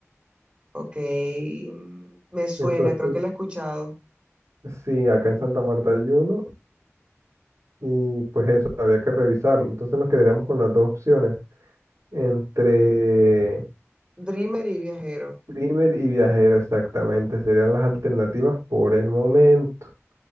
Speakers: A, on the right; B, on the right.
A: Ok, mm, me suena,
B: Entonces,
A: creo que la he escuchado.
B: sí, acá en Santa Marta hay uno, y pues eso, había que revisarlo. Entonces nos quedaríamos con las dos opciones, entre
A: Dreamer y Viajero,
B: Primer y Viajero exactamente, serían las alternativas por el momento